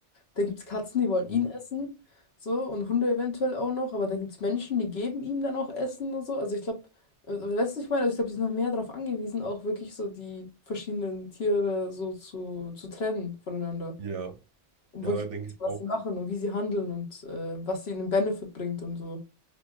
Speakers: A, on the left; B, on the right.
A: Da gibt es Katzen, die wollen
B: Mhm.
A: ihn essen, so, und Hunde eventuell auch noch, aber da gibt es Menschen, die geben ihm dann auch Essen und so. Also ich glaube, weißt du, was ich meine? Also ich glaube, die sind noch mehr darauf angewiesen, auch wirklich so die verschiedenen Tiere so zu, zu trennen voneinander.
B: Ja,
A: Um
B: ja,
A: wirklich
B: denke
A: zu wissen,
B: ich
A: was
B: auch.
A: sie machen und wie sie handeln und äh, was sie ihnen Benefit bringt und so.